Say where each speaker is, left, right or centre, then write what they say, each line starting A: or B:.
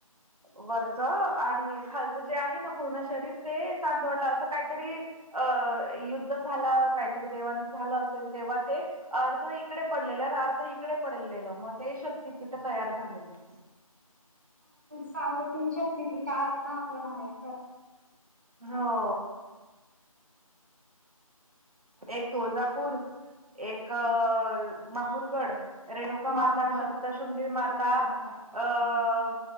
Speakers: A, on the right; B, on the right.
A: वरच आणि खालचं जे आहे ना पूर्ण शरीर ते चांदवडलं अस काहीतरी अं युद्ध झाला काहीतरी देवांचं झालं असेल तेव्हा ते अर्ध इकडे पडलेले आणि अर्ध इकडे पडलेलं मग ते शक्ततीपीठ तयार झालेलं.
B: साडे तीन शक्ती पीठ आहेत ना आपल्या महाराष्ट्रात.
A: हो. एक तुळजापूर एक माहुरगड रेणुका माता
B: माहुरगड
A: सप्तशृंगी माता
B: रेणुकामाता
A: अ